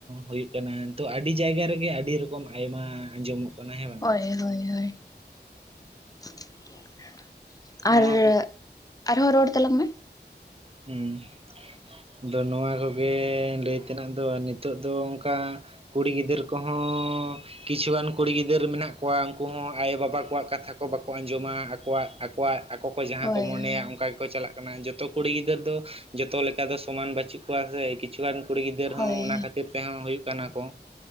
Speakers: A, on the right (about 35°); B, on the left (about 20°).
A: ᱦᱩᱭᱩᱜ ᱠᱟᱱᱟ, ᱛᱚ ᱟᱹᱰᱤ ᱡᱟᱭᱜᱟ ᱨᱮᱜᱮ ᱟᱹᱰᱤ ᱨᱚᱠᱚᱢ ᱠᱚᱢ ᱟᱭᱢᱟ ᱟᱸᱡᱚᱢᱚᱜ ᱠᱟᱱᱟ ᱦᱮᱸ ᱵᱟᱝ
B: ᱦᱮᱸ ᱦᱳᱭ ᱦᱳᱭ ᱾ ᱟᱨ
A: ᱱᱚᱣᱟ ᱠᱚ
B: ᱟᱨᱦᱚᱸ ᱨᱚᱲ ᱛᱟᱞᱟᱝ ᱢᱮ ᱾
A: ᱦᱩᱸ ᱟᱫᱚ ᱱᱚᱣᱟ ᱠᱚᱜᱮ ᱞᱟᱹᱭ ᱛᱮᱱᱟᱜ ᱫᱚ, ᱱᱤᱛᱚᱜ ᱫᱚ ᱚᱱᱠᱟ ᱠᱩᱲᱤ ᱜᱤᱫᱟᱹᱨ ᱠᱚᱦᱚᱸᱻ ᱠᱤᱪᱷᱩ ᱜᱟᱱ ᱠᱩᱲᱤ ᱜᱤᱫᱟᱹᱨ ᱢᱮᱱᱟᱜ ᱠᱚᱣᱟ, ᱩᱱᱠᱩ ᱦᱚᱸ ᱟᱭᱳ ᱵᱟᱵᱟ ᱠᱚᱣᱟᱜ ᱠᱟᱛᱷᱟ ᱠᱚ ᱵᱟᱠᱚ ᱟᱸᱡᱚᱢᱟ ᱾ ᱟᱠᱚᱣᱟᱜ ᱟᱠᱚᱣᱟᱜ ᱟᱠᱚ ᱠᱚ ᱡᱟᱦᱟᱸ
B: ᱦᱳᱭ
A: ᱠᱚ ᱢᱚᱱᱮᱭᱟ
B: ᱦᱳᱭ
A: ᱚᱱᱠᱟ ᱜᱮᱠᱚ ᱪᱟᱞᱟᱜ ᱠᱟᱱᱟ ᱡᱚᱛᱚ ᱾ ᱠᱩᱲᱤ ᱜᱤᱫᱟᱹᱨ ᱫᱚ ᱡᱚᱛᱚ ᱞᱮᱠᱟ ᱫᱚ ᱥᱚᱢᱟᱱ ᱵᱟᱹᱪᱩᱜ ᱠᱚᱣᱟ ᱥᱮ ᱾ ᱠᱤᱪᱷᱩ ᱜᱟᱱ ᱠᱩᱲᱤ ᱜᱤᱫᱟᱹᱨ
B: ᱦᱳᱭ
A: ᱦᱚᱸ ᱚᱱᱟ ᱠᱷᱟᱹᱛᱤᱨ ᱛᱮᱦᱚᱸ ᱦᱩᱭᱩᱜ ᱠᱟᱱᱟ ᱠᱚ,